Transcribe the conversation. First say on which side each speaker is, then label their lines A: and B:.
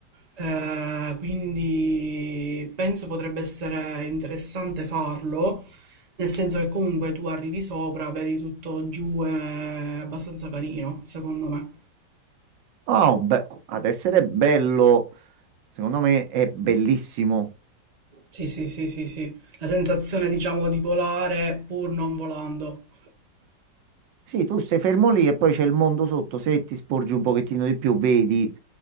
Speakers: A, on the right (about 30°); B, on the right (about 85°).
A: Eh, quindi penso potrebbe essere interessante farlo, nel senso che comunque tu arrivi sopra, vedi tutto giù, è abbastanza carino, secondo me.
B: Oh, beh, ad essere bello, secondo me è bellissimo.
A: Sì, sì, sì, sì, sì. La sensazione, diciamo, di volare pur non volando.
B: Sì, tu sei fermo lì e poi c'è il mondo sotto, se ti sporgi un pochettino di più, vedi